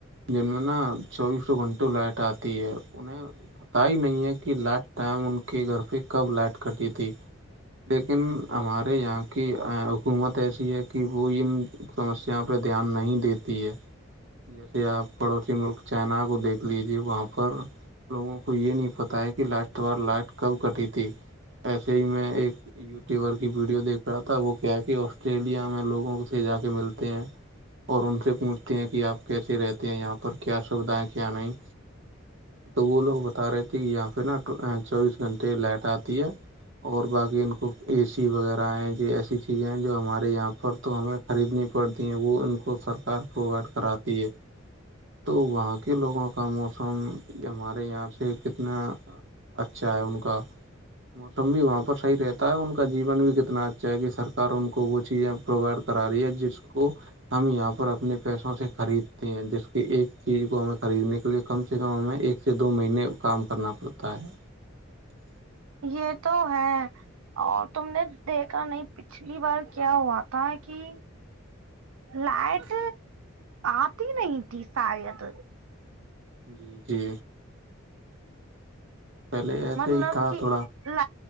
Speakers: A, on the right (about 60°); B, on the right (about 85°).
A: جن میں نا چوبیسوں گھنٹوں لائٹ آتی ہے انہیں پت ہی نہیں ہے کہ لاسٹ ٹائم ان کے گھر پہ کب لائٹ کٹی تھی لیکن ہمارے یہاں کی حکومت ایسی ہے کہ وہ ان سمسیا پہ دھیان نہیں دیتی ہے
B: <inaudible>
A: جیسے آپ پڑوسی ملک چائنا کو دیکھ لیجے وہاں پر لوگوں کو یہ نہیں پتا ہے کہ لاسٹ وار لائٹ کب کٹی تھی ایسے ہی میں ایک یوٹیوبر کی ویڈیو دیکھ رہا تھا وہ کیا ہے کہ آسٹریلیا میں لوگوں سے جا کے ملتے ہیں اور ان سے پوچھتے ہیں کہ آپ کیسے رہتے ہیں یہاں پر کیا سویدھ ہے کیا نہیں تو وہ لوگ بتا رہے تھے کہ یہاں پہ نا چوبیس گھنٹے لائٹ آتی ہے اور باقی ان کو اے سی وغیرہ ہیں جو ایسی چیزیں ہیں جو ہمارے یہاں پر تو ہمیں خریدنی پڑتی ہیں وہ ان کو فر کار پرووائڈ کراتی ہے تو وہاں کے لوگوں کا موسم ہمارے یہاں سے کتنا اچھا ہے ان کا موسم بھی وہاں پر صحیح رہتا ان کا جیون بھی کتنا اچھا ہے کہ سرک ان کو وہ چیزیں پرووائڈ کرا رہی ہے جس کو ہم یہاں پر اپنے پیسوں سے خریدتے ہیں جس کی ایک چیز کو ہمیں خریدنے کے لیے کم سے کم ہمیں ایک سے دو مہینے ا کاام کرنا پڑتا ہے
B: یہ تو ہے اور تم نے دیکھا نہیں پچھلی بار کیا ہوا تھا کہ لائٹ آتی نہیں تھی سات
A: جی جی پہلے ایسے
B: مطلب
A: ہی تھا
B: کہ
A: تھوڑا
B: ل